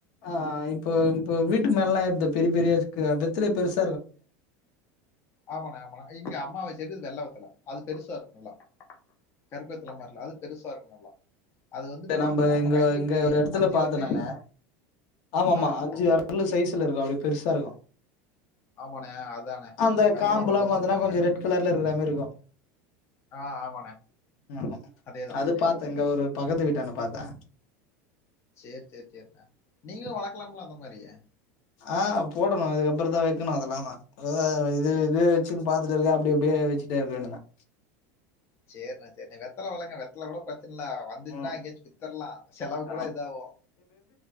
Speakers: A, on the left; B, on the left.
A: ஆ இப்போ இப்போ வீட்டு மேல எல்லாம் எருது பெரிய பெரியா பெத்துலய பெருச
B: ஆமான்னா ஆமான்னா இங்க அம்மாவ வைச்சிருக்குது வெள்ளை வெத்துல அது பெருசா இருக்கும் இல்லாம் கருபெத்தவ மாில அது பெருசா இருக்கணும் நல்லா அது வந்துட்டு
A: இங்க
B: பார்த்தோம்னா
A: நம்ம இங்க
B: கை
A: இங்க
B: இப்படி
A: ஒரு இடத்துல
B: அஞ்சு
A: பாத்த
B: வரலையும்
A: நானு ஆமா ஆமா
B: ஆ
A: அஞ்சு
B: ஆமாண்ணே
A: விரல் சைஸ்ல இருக்க பெருசா இருக்கும்
B: ஆமாண்ணே அதானே
A: அந்த
B: வெத்தலை
A: காம்பல்லா
B: அவ்வளவு பெருசு
A: பாத்தனா
B: இருக்காங்க
A: கொஞ்ச ரெட் கலர்ல இருக்குறா மாரி இருக்கும்
B: ஆ ஆமாண்ணே
A: ம்
B: அதேதான்
A: அது பாத்த இங்க ஒரு பக்கத்து வீட்டான்டா பாத்தேன்
B: சேரி சேரி சேரிண்ணா நீங்களும் வளக்கலாங்கல அந்த மாரியே
A: ஆஹ் போடணும் இதுக்கப்புறத்தான் வைக்கணும் அதெல்லாம் தான் இது இது வச்சுன்னு பாத்துட்டு இருக்கேன் அப்படி அப்படியே வச்சுட்டே இருக்க வேன்னுதான்
B: செரிண்ணே செரி வெத்தல வளங்க <unintelligible> கூட பிரச்சன இல்ல வந்துச்சுன்னா
A: ம்
B: எங்கயாச்சு வித்தரலா செலவுக்கு கூட
A: ஆம்
B: இதாவு